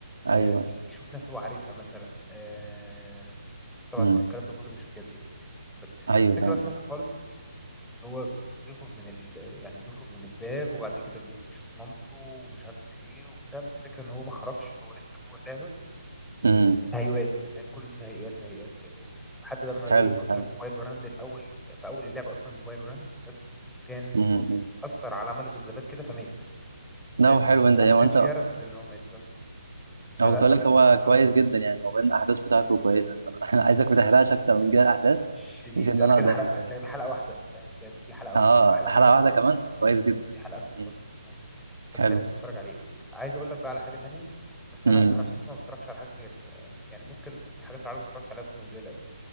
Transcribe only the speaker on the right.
ايوه
امم
ايوه
فاهم
امم
حلو
حلو
امم
ده
هو حلو انت
يعني
انت
هو كنت اقول لك
هو
كويس جدا يعني هو بين الاحداث بتاعته كويسه فانا <laughs> أنا عايزك ما تحرقش اكتر من كده الاحداث
بحيث ان
انا
اقدر
اه
حلقه
واحده كمان
طب كويس جدا
مم.
حلو
امم